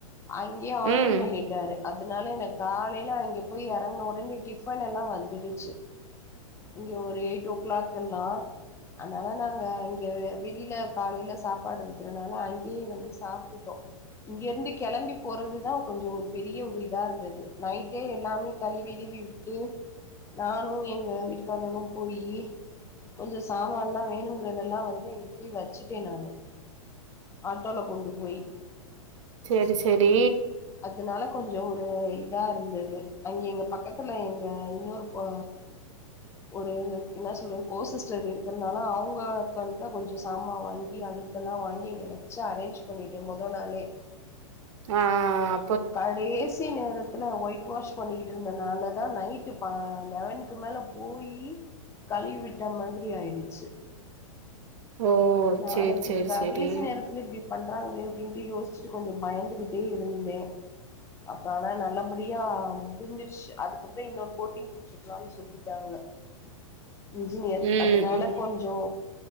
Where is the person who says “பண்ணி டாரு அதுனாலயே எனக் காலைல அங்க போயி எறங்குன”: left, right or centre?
Left